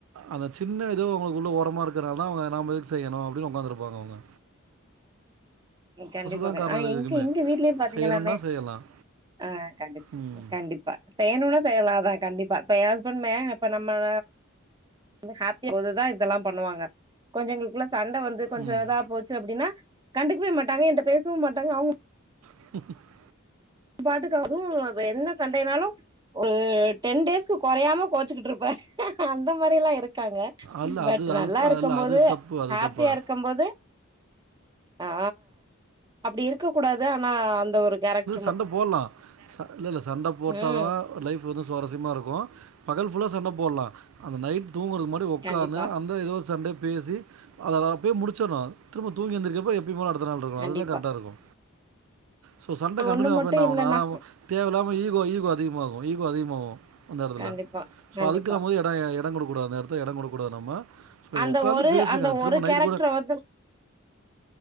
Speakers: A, on the right; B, on the right.
A: அந்த சின்ன எதோ உங்களுக்குள்ள ஓரமா இருக்குறனாலதா அவுங்க நாம எதுகு செய்யணு அப்டின் உக்காந்துருப்பாங்க அவுங்க
B: கண்டிப்பா
A: தான்
B: க
A: காரணம்
B: ஆ
A: இது
B: எங்க
A: எதுக்குமே
B: எங்க வீட்லயே பாத்தீங்க
A: செய்யணும்னா
B: தானே
A: செய்யலாம்
B: ஆ கண்டிப்பா
A: ம்
B: கண்டிப் பா செய்யனுனா செய்யலா அதா கண்டிப்பா இப்ப எ ஹஸ்பண்டுமே இப்ப நம்ப <inaudible> ஹேப்பியா <inaudible> இதெல்லா பண்ணுவாங்க கொஞ்சோ எங்களுக்குள்ள சண்ட வந்து கொஞ்சோ
A: ம்
B: இதா போ ச்சி அப்டின்னா கண்டுக்கவே மாட்டாங்க என்ட பேசவு மாட்டாங்க அவுங்க
A: <inaudible>
B: பாட்டுக்கு அது இப்ப என்ன சண்டைனாலு ஒரு டென் டேஸ்க்கு கொறயாம கோச்சிக்கிட்டு இருப்ப அந்த மாரிலா இருக் காங்க
A: அல்ல
B: பட்
A: அது அது
B: நல்லா இருக்கும்போது
A: இல்ல அது தப்பு அது
B: ஹேப்பியா
A: தப்பா
B: இருக்கும்போது ஆ அப்டி இருக்க கூடாது ஆனா அந்த ஒரு கேரக்
A: சண்ட போட்லா இல்லல்ல சண்ட போட்டாதா
B: ம்
A: லைஃப் வந்து சுவாரஸ்யமா இரு க்கு பகல் ஃபுல்லா சண்ட போட்லா ஆனா நைட் தூங்குற மட் டு உக்காந்து
B: கண்டிப்பா
A: அந்த எதோ ஒரு சண்டய பேசி அதல்லா அப்வே முடிச்சர்னு திரும்ப தூங்கியெந்திரிகறப்ப எப் திப்போ அடுத்த நாள் இருக்கு
B: கண்டிப்பா
A: அதுதா கரட்டா இருக்கு சோ சண்ட கண்டினியூ
B: ஒண்ணு
A: ஆன
B: மட்டு
A: என்னாவுனா
B: இல்லண்ணா
A: தேவயில்லாம ஈகோ ஈகோ அதிகமாகு ஈகோ அதிகமாவு அந்த எடத்துல
B: கண்டிப்பா
A: சோ
B: கண்டிப்பா
A: அதுக்கு நம்மோ எடோ எடோ குடுக்ககூடாது அந்த எடத்துல டோ குடுக்ககூடாது நம்ம ஸோ
B: அந்த
A: உட்காந்து
B: ஒரு
A: பேசுங்க
B: அந்த ஒரு
A: திரும்ப நைட்டு
B: கேரக்டர்
A: கூட
B: வந்து